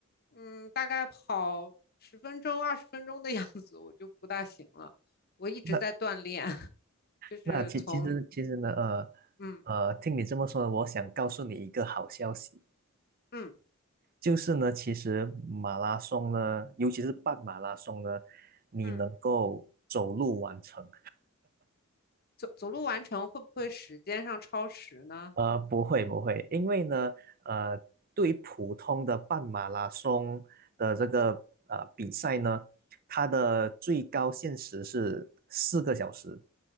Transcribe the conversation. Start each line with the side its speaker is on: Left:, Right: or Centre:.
Left: 嗯，大概跑十分钟、二十分钟的样子，我就不大行了。我一直在锻炼，
Right: 那
Left: <laughs> 就是从
Right: 那其其实其实呢，呃
Left: 嗯
Right: 呃，听你这么说，我想告诉你一个好消息，
Left: 嗯
Right: 就是呢，其实马拉松呢，尤其是半马拉松呢，你能够走路完成。
Left: 嗯走走路完成，会不会时间上超时呢？
Right: 呃，不会不会，因为呢，呃，对于普通的半马拉松的这个呃比赛呢，
Left: 嗯
Right: 它的最高限时是四个小时，